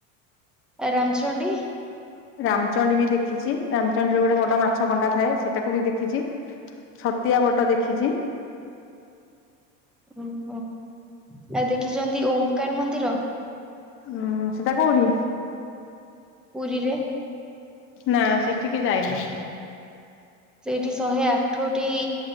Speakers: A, in the centre; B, on the left.
A: ରାମଚଣ୍ଡୀ
B: ରାମଚଣ୍ଡ ବି ଦେଖିଛି ରାମଚଣ୍ଡି ରେ ଗୋଟେ ବଡ ମାଛକଣ୍ଟା ଥାଏ ସେଟାକୁ ବି ଦେଖିଛି। ଛତିଆ ବଟ ଦେଖିଛି।
A: ଓହୋ ଆଉ ଦେଖିଛନ୍ତି ଓମ୍କାର ମନ୍ଦିର।
B: ହୁଁ ସେଟା କୋଉଠି।
A: ପୁରୀରେ।
B: ନା ସେଠିକି ଯାଇନି।
A: ସେଇଠି ଶହେ ଆଠଟି